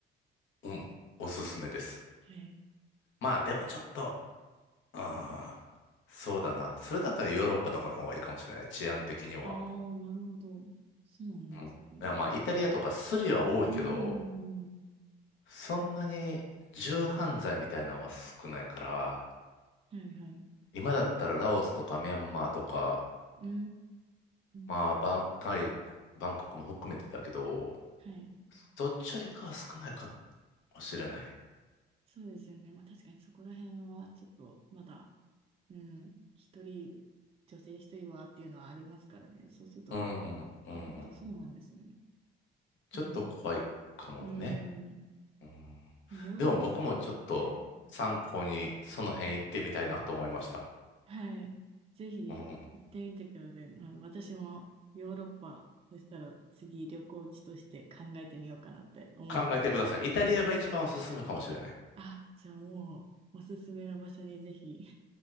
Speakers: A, on the left (about 75°); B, on the right (about 30°).
A: うん、おすすめです。
B: はい。
A: まあ、でもちょっと、うん、そうだな。それだったらヨーロッパとかの方がいいかもしれない。治安的には。
B: ああ、なるほど。そうなんですね。
A: うんいや、まあ、イタリアとかスリは多いけど、
B: うん。
A: そんなに重犯罪みたいなのは少ないから、
B: はいはい。
A: 今だったらラオスとかミャンマーとか、
B: うー
A: まあ、
B: ん。
A: バン、タイ、バンコクも含めてだけど、
B: はい。
A: どっちよりかは少ないかもしれない。
B: そうですよね。まあ確かにそこら辺はちょっとまだ、うん、一人、女性一人はっていうのはありますからね。そうすると、
A: うん、うん。
B: なるほど、そうなんですね。
A: ちょっと怖いかもね。
B: でも、うん、
A: うん。
B: ヨーロッパも、
A: でも僕もちょっと参考にその辺行ってみたいなと思いました。
B: はい。はい。ぜひ行ってみてください。
A: うん。
B: はい私もヨーロッパ、そしたら次旅行地として考えてみようかなって思いました。
A: 考えてください。イタリアが一番おすすめかもしれない。
B: あ、じゃあもう、おすすめの場所にぜひ。